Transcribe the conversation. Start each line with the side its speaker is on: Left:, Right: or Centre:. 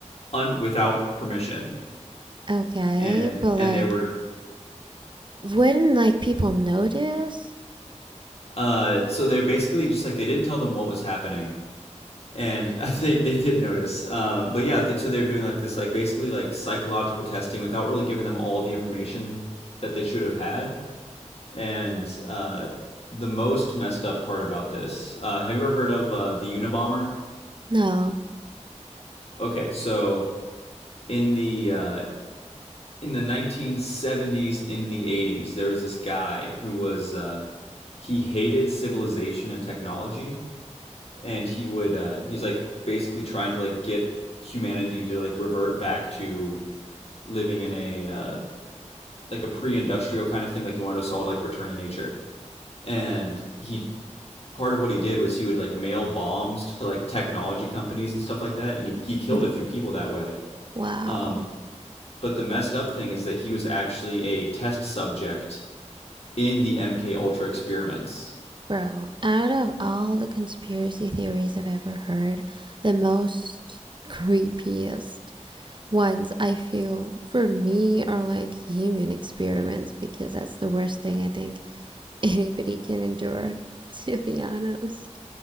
Left: un- without permission,
Right: Okay,
Left: and
Right: but
Left: and
Right: like,
Left: they were
Right: wouldn't like people notice?
Left: uh, so they're basically just like they didn't tell them what was happening, and <laughs> they they did notice. Um, but yeah, th- so they're doing like this like basically like psychological testing without really giving them all the information that they should have had, and uh, the most messed up part about this. Uh, have you ever heard of uh, the Unabomber?
Right: No.
Left: Okay, so in the uh, in the 1970s into the 80s, there was this guy who was uh, he hated civilization and technology, and he would uh, he's like basically trying to like get humanity to like revert back to living in a uh, like a pre-industrial kind of thing. Like he wanted us all to like return to nature, and he part of what he did was he would like mail bombs to like technology companies and stuff like that, and he he
Right: <laughs>
Left: killed a few people that way.
Right: Wow.
Left: Um, but the messed up thing is that he was actually a test subject in the MK Ultra experiments.
Right: Bro, out of all the conspiracy theories I've ever heard, the most creepiest ones I feel for me are like human experiments because that's the worst thing I think <laughs> anybody can endure, <laughs> to be honest.